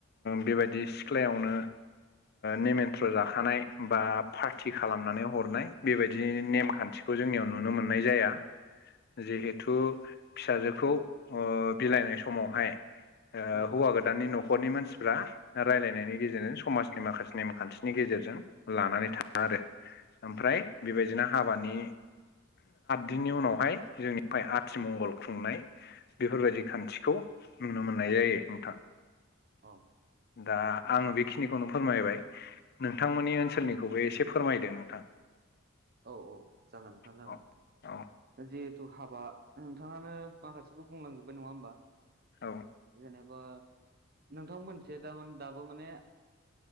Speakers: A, on the left (about 50°); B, on the right (about 50°).
A: बेबायदि सिख्लायावनो। नेमेन्त्र' जाखानाय बा पार्टि खालामनानै हरनाय बेबायदि नेमखान्थि। खौ जोंनियाव नुनो मोननाय जाया जिहेथु फिसाजोखौ बिलाइनाय समावहाय।
B: औ
A: हौवा गोदाननि न'खरनि मानसिफ्रा रायलायनायनि गेजेरजों समाजनि माखासे नेमखान्थिनि गेजेरजों गेज लानानै थांङो आरो ओमफ्राय बेबायदिनो हाबानि। बिनि उनावहाय जोंनियावहाय आथिमंगल खुंनाय बेफोरबायदि खान्थिखौ नुनो मोननाय। जायो नोंथां।
B: औ।
A: दा आङो बेखिनिखौनो फोरमायबाय नोंथांमोननि ओनसोलनिखौबो एसे फोरमायदो नोंथां।
B: औ औ जागोन नोंथां जागोन।
A: औ औ
B: जिहेथु हाबा नोंथाङानो माखासेखौ बुंलांजोबबाय नङा होमबा।
A: औ
B: जेनेबा नोंथां मोनसे थामान दाबो माने।